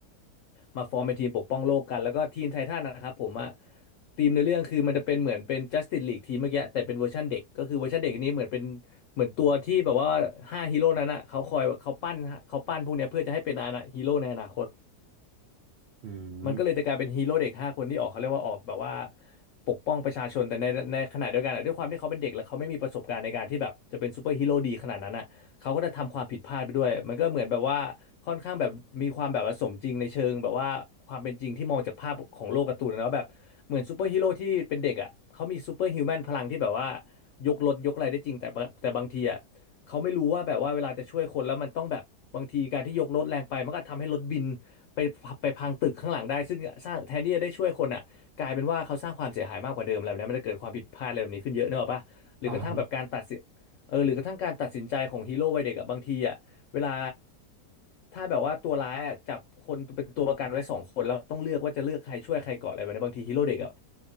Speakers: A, on the left (about 70°); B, on the right (about 80°).
A: มาฟอร์มเป็นทีมปกป้องโลกกันแล้วก็ทีมไททันนะครับผมอะทีมในเรื่องคือมันจะเป็นเหมือนเป็น Justice League ทีมเมื่อกี้แต่เป็นเวอร์ชันเด็กก็คือเวอร์ชันเด็กนี้เหมือนเป็นเหมือนตัวที่แบบว่าห้าฮีโร่นั้นอะเขาคอยเขาปั้นเขาปั้นพวกเนี้ยเพื่อจะให้เป็นอาณาฮีโร่ในอนาคต
B: อืม
A: มันก็เลยจะกลายเป็นฮีโร่เด็กห้าคนที่ออกเขาเรียกว่าออกแบบว่าปกป้องประชาชนแต่ในในขณะเดียวกันอะด้วยความที่เขาเป็นเด็กแล้วเขาไม่มีประสบการณ์ในการที่แบบจะเป็นซูเปอร์ฮีโร่ดีขนาดนั้นอ่ะเขาก็จะทำความผิดพลาดไปด้วยมันก็เหมือนแบบว่าค่อนข้างแบบมีความแบบว่าสมจริงในเชิงแบบว่าความเป็นจริงที่มองจากภาพของโลกการ์ตูนนะว่าแบบเหมือนซูเปอร์ฮีโร่ที่เป็นเด็กอ่ะเขามีซูเปอร์ฮิวแมนพลังที่แบบว่ายกรถยกอะไรได้จริงแต่บางแต่บางทีอ่ะ เขาไม่รู้ว่าแบบว่าเวลาจะช่วยคนแล้วมันต้องแบบบางทีการที่ยกรถแรงไปมันก็ทำให้รถบินไปไปพังตึกข้างหลังได้ซึ่งสร้างแทนที่จะได้ช่วยคนอ่ะกลายเป็นว่าเขาสร้างความเสียหายมากกว่าเดิมอะไรแบบนี้มันจะเกิดความผิดพลาดอะไรแบบนี้ขึ้นเยอะเนกอะปะหรือกระทั่งแบบการตัดสินเออหรือกระทั่งการตัดสินใจของฮีโร่วัยเด็กอะบางทีอ่ะเวลา
B: อ๋อ <laughs>
A: ถ้าแบบว่าตัวร้ายอ่ะจับคนเป็นตัวประกันไว้สองคนแล้วต้องเลือกว่าจะเลือกใครช่วยใครก่อนอะไรแบบนี้บางทีฮีโร่เด็กอ่ะ